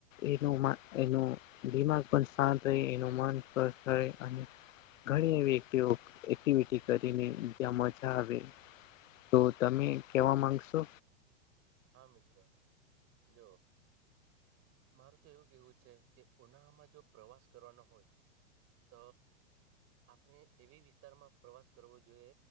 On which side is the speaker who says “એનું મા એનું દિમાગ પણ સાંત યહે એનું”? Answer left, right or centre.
Left